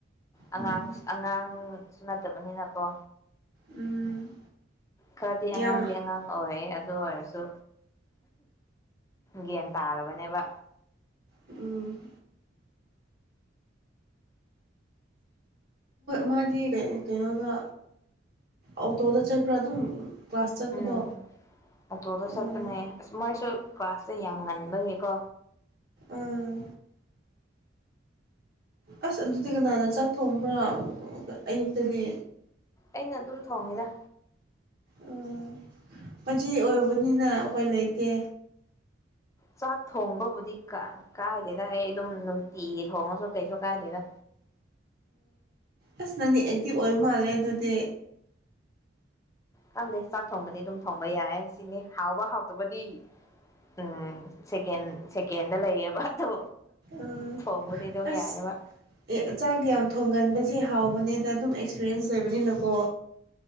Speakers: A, on the right; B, on the left.
A: ꯎꯝ
B: ꯑꯉꯥꯡ ꯑꯉꯥꯡ ꯁꯨ ꯅꯠꯇꯕꯅꯤꯅꯀꯣ
A: ꯎꯝ
B: ꯈꯔꯗꯤ
A: ꯌꯥꯝ
B: ꯑꯉꯥꯡꯗꯤ ꯑꯉꯥꯡ ꯑꯣꯏꯌꯦ ꯑꯗꯨ ꯑꯗꯨ ꯑꯣꯏꯔꯁꯨ ꯒ꯭ꯌꯥꯟ ꯇꯥꯔꯕꯅꯦꯕ
A: ꯎꯝ ꯃꯥꯗꯤ ꯀꯩꯅꯣꯗ ꯑꯣꯇꯣꯗ ꯆꯠꯄ꯭ꯔꯥ ꯑꯗꯨꯝ ꯀ꯭ꯂꯥꯁ ꯆꯠꯄꯗꯣ
B: ꯎꯝ ꯑ ꯇꯣꯗ
A: ꯑꯥ
B: ꯃꯁꯨ ꯀ꯭ꯂꯥꯁꯇ ꯌꯥꯝ ꯉꯟꯕꯒꯤꯦꯀꯣ
A: ꯑꯥ ꯑꯁ ꯑꯗꯨꯗꯤ ꯀꯅꯥꯅ ꯆꯥꯛ ꯊꯣꯡꯕ꯭ꯔꯥ ꯑꯌꯨꯛꯇꯗꯤ
B: ꯑꯩꯅ ꯑꯗꯨꯝ ꯊꯣꯡꯉꯤꯗ
A: ꯑꯣ ꯃꯆꯦ ꯑꯣꯏꯕꯅꯤꯅ ꯎꯄꯥꯏ ꯂꯩ ꯀꯦ
B: ꯆꯥꯛ ꯊꯣꯡꯕꯕꯨꯗꯤ ꯀꯥꯏꯗꯦꯗ ꯑꯩ ꯑꯗꯨꯝ ꯅꯨꯡꯇꯤꯒꯤ ꯊꯣꯡꯉꯁꯨ ꯀꯩꯁꯨ ꯀꯥꯏꯗꯦꯗ
A: ꯑꯁ ꯅꯪꯗꯤ ꯑꯦꯛꯇꯤꯚ ꯑꯣꯏꯕ ꯃꯥꯜꯂꯦ ꯑꯗꯨꯗꯤ
B: ꯈꯪꯗꯦ ꯆꯥꯛ ꯊꯣꯡꯕꯗꯤ ꯑꯗꯨꯝ ꯊꯣꯡꯕ ꯌꯥꯏ ꯁꯤꯅꯤ ꯍꯥꯎꯕ ꯍꯥꯎꯇꯕꯗꯤ ꯎꯝ ꯁꯦꯀꯦꯟ ꯁꯦꯀꯦꯟꯗ ꯂꯩꯌꯦꯕ ꯑꯗꯣ
A: ꯑꯥ
B: ꯊꯣꯡꯕꯗꯤ ꯑꯗꯨꯝ
A: ꯑꯁ
B: ꯌꯥꯏꯑꯕ
A: ꯑꯦ ꯆꯥꯛ ꯌꯥꯝ ꯊꯣꯡꯒꯟꯕꯁꯦ ꯍꯥꯎꯕꯅꯦꯅ ꯗ ꯑꯗꯨꯝ ꯑꯦꯛꯁꯄꯤꯔꯤꯌꯦꯟꯁ ꯂꯩꯕꯅꯤꯅꯀꯣ